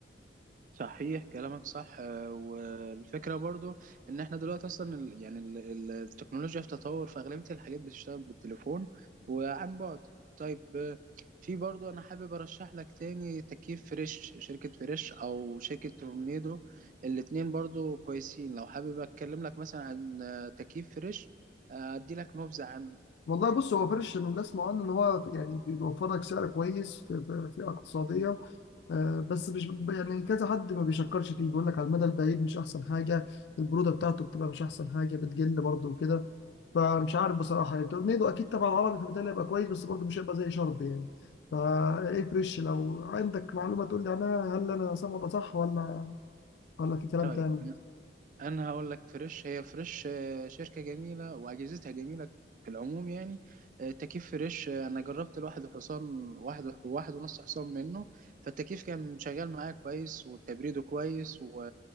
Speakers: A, on the right; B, on the left.
A: صحيح كلامك صح آه، والفكرة برضو ان احنا دلوقتي اصلا ال- يعني ال- ال- التكنولوجيا في تطور فاغلبية الحاجات بتشتغل بالتليفون وعن بعد طيب آه، في برضو انا حابب ارشح لك تاني تكييف فريش شركة فريش او شركة تورنيدو الاتنين برضو كويسين لو حابب اتكلم لك مثلا عن آه، تكييف فريش آه، ادي لك نبذة عنه
B: والله بص هو فرش اللي اسمع عنه ان هو يعني بيوفر لك سعر كويس في في, في اقتصاديه آه، بس مش يعني كذا حد ما بيشكرش فيه بيقول لك على المدى البعيد مش احسن حاجه البروده بتاعته بتبقى مش احسن حاجه بتجل برضه وكده فمش عارف بصراحه يعني تورنيدو اكيد طبعا عربي فبالتالي هيبقى كويس بس برضه مش هيبقى زي شرب يعني فا ايه فريش لو عندك معلومه تقول لي عنها هل انا سامع ده صح ولا ولا في كلام
A: طيب
B: تاني
A: انا هقول لك فريش هي فريش آه، شركه جميله واجهزتها جميله في العموم يعني آه، تكييف فريش آه، انا جربت الواحد حصان واحد واحد ونص حصان منه فالتكييف كان شغال معايا كويس وتبريده كويس و...